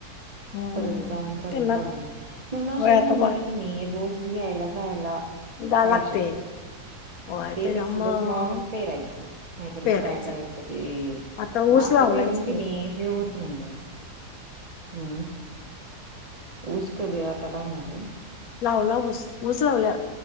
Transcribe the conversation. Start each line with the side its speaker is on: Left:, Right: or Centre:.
Left: हम्म
Right: परत जाऊन सगळं
Left: त्यांना
Right: बघायला म्हण
Left: व्हय
Right: असे
Left: आता
Right: धांडण्याला की नाही रोज यायला जायला
Left: द
Right: पाहिजेत
Left: लागते
Right: बुवा
Left: व्हय
Right: ते
Left: त्याच्यामुळं
Right: तर सलच मग पेरायचं नाहीतर
Left: पेरायचं
Right: मग काय करायचं ते
Left: आता
Right: म
Left: ऊस लावलायच
Right: म भिरून की नाही हे हो नाही ग हम् ऊसकर ज आता लावणार र
Left: लावला ऊस ऊस लावल्या